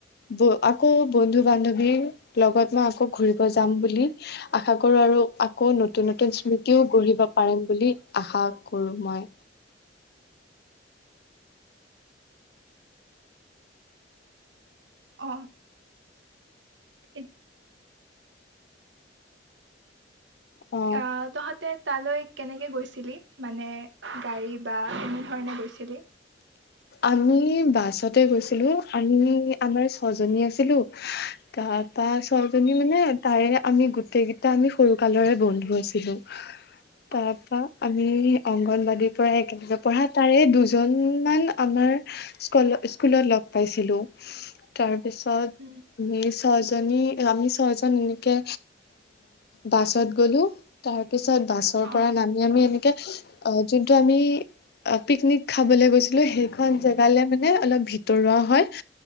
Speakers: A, on the left; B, on the right.
A: বৌ আকৌ বন্ধু বান্ধৱীৰ লগত মই আকৌ ঘূৰিব যাম বুলি - আশা কৰো আৰু আক - আকৌ নতুন নতুন স্মৃতিও গঢ়িব পাৰিম বুলি আশা কৰো মই।
B: অ'। এত-
A: অ
B: আ, তহঁতে তালৈ কেনেকে গৈছিলি? মানে গাড়ী বা কেনেধৰণে গৈছিলি?
A: আমি বাছতে গৈছিলোঁ, আমি আমাৰ ছজনী আছিলোঁ তা তাৰছজনী মানে তাৰে আমি গোটেইকেইটা আমি সৰু কালৰে বন্ধু আছিলোঁ।
B: <inaudible>
A: তাৰপা আমি অংগনবাদীৰ পৰা একেলগে পঢ়া, তাৰে দুজন ইমান আমাৰ স্কুল-স্কুলত লগ পাইছিলোঁ তাৰপিছত
B: উ।
A: ই ছজনি, আমি ছয়জন এনেকে বাছত গ'লোঁ তাৰপিছত বাছ য'ৰ
B: অ',
A: পৰা নামি আমি এনেকে অ' যোনটো আমি পিকনিক খাবলৈ গৈছিল সেইখন জেগালে মানে অলপ ভিতৰুৱা হয়